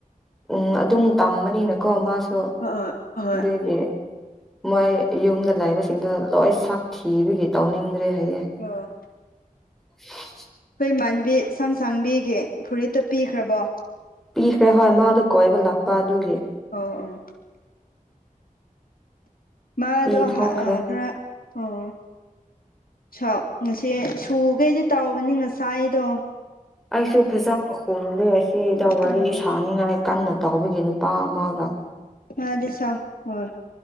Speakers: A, in the centre; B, on the left.
A: ꯎꯝ ꯑꯗꯨꯝ ꯇꯝꯕꯅꯤꯅꯀꯣ ꯃꯥꯁꯨ
B: ꯑꯣ ꯍꯣꯏ ꯑꯣ
A: ꯑꯗꯨꯒꯤ ꯃꯣꯏ ꯌꯨꯝꯗ ꯂꯩꯕꯁꯤꯡꯗꯣ ꯂꯣꯏ ꯁꯛ ꯊꯤꯕꯒꯤ ꯇꯧꯅꯤꯡꯗ꯭ꯔꯦ ꯍꯥꯏꯌꯦꯡ
B: ꯑꯣ
A: <unintelligible>
B: ꯑꯩꯈꯣꯏ ꯃꯥꯟꯕꯤ ꯁꯝꯁꯥꯡꯕꯤꯒꯤ ꯐꯨꯔꯤꯠꯇꯣ ꯄꯤꯈ꯭ꯔꯕꯣ
A: ꯄꯤꯈ꯭ꯔꯦ ꯍꯣꯏ ꯃꯥꯗꯨꯣ ꯀꯣꯏꯕ ꯂꯥꯛꯄ ꯑꯗꯨꯒꯤ
B: ꯑꯣ ꯑꯣ ꯃꯥꯗꯣ
A: ꯄꯤꯊꯣꯛꯈ꯭ꯔꯦ
B: ꯈꯔ ꯑꯣ ꯁ ꯉꯁꯦ ꯁꯨꯈꯩꯗꯤ ꯇꯥꯎꯕꯅꯤ ꯉꯁꯥꯏ ꯑꯩꯗꯣ
A: ꯑꯩꯁꯨ ꯐꯖꯥꯅ ꯈꯨꯝꯗꯦ ꯑꯁꯤꯗ ꯋꯥꯔꯤ
B: ꯎꯝ
A: ꯁꯥꯅꯤꯡꯉꯥꯏ ꯀꯟꯅ ꯇꯥꯎꯕꯒꯦ ꯅꯨꯄꯥ ꯑꯃꯒ
B: ꯉꯗꯤ ꯁꯥ ꯍꯣꯏ